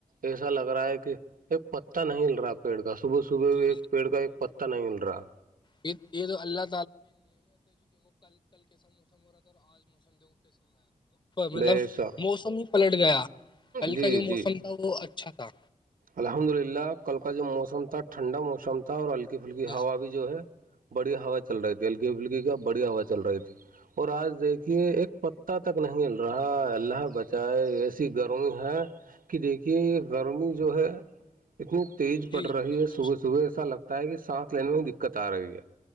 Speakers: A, on the right (about 80°); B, on the left (about 35°).
A: ایسا لگ رہا ہے کہ یہ پتتا نہیں ہل رہا پیڑ کا صبح صبح
B: جی
A: ایک پیڑ کا ایک پہ نہیں مل رہا
B: <unintelligible> شن ل مطلب
A: بے شک
B: موسم ہی پلٹ گیا کل
A: جی
B: کا جو موسم
A: جی
B: تھا وہ اچھا تھا
A: الحمد للہ کل کا جو موسم تھا ٹھنڈا موسم تھا اور ہلکی پھلکی
B: جی
A: ہوا بھی جو ہے بڑی ہوا چل رہی تھی اللکی پلکی کا بڑی ہوا چل رہی تھی اور آج دیکھیے ایک پ پتا تک نہیں مل رہا اللہ بچائے ایسی گرمی ہے کہ دیکھیے یہ گرمی جو ہے اتنی تیز
B: جی
A: پڑ رہی
B: جی
A: ہے صبح سے صبح ایسا لگتا ہے کہ سانس لینے میں دقت آ رہی ہے